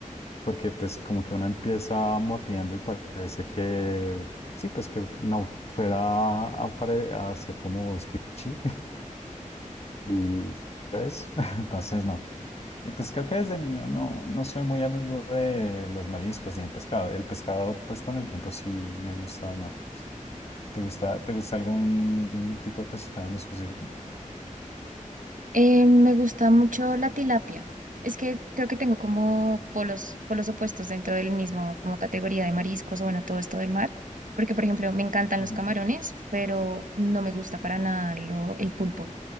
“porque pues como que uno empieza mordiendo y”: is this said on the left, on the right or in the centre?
Left